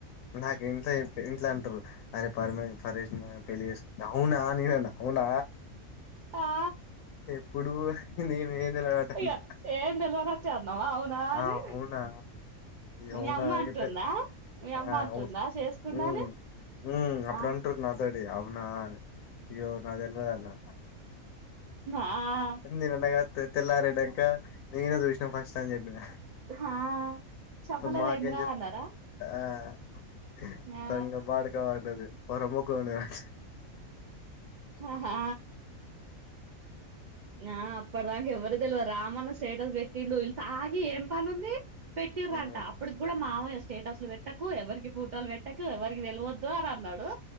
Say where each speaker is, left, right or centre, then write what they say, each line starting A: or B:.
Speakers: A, on the left; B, on the right.
A: నాక ఇంట్లో ఇంట్ అంటారు అరే పర్మ ఫరే పలే అవునా న <unintelligible> అవునా
B: ఆ
A: ఎప్పుడు నేను ఏం నిలవాటన్నా
B: ఇగ ఏం తెలవనట్టే అన్నావా అవునా
A: <unintelligible>
B: అని
A: ఆ అవునా
B: మీ
A: అవునా
B: అమ్మ అంటుందా
A: ఎగ తాళి
B: మీ
A: ఆ
B: అమ్మ అంటుందా
A: అవును
B: చేసుకున్నాని
A: ఉం ఉం అప్పుడు
B: ఆ
A: అంటురు నాతోటి అవునా అని అయ్యో నాకు తెల్వదు అట్లా
B: ఆ
A: నేను అన్నగా తే తెల్లారినంక నేనే చూసినా ఫస్ట్ అని చెప్పిన
B: హా చెప్పలేదేంద్రా
A: మా క
B: అన్నారా
A: ఆ <unintelligible>
B: ఆ
A: దంగ బాడక వాంటది పర మొక్కలునే <unintelligible>
B: ఆహా ఆ అప్పటి దాక ఎవ్వరు తెల్వదు రామన్న స్టేటస్ పెట్టిండు వీళ్ళు తాగి ఏం పని ఉంది పెట్టిరంట
A: ఉమ్
B: అప్పుడుకి కూడా మావయ్య స్టేటస్లు పెట్టకు ఎవరికి పూటోలు పెట్టకు ఎవరికి తెలవద్దు అని అన్నాడు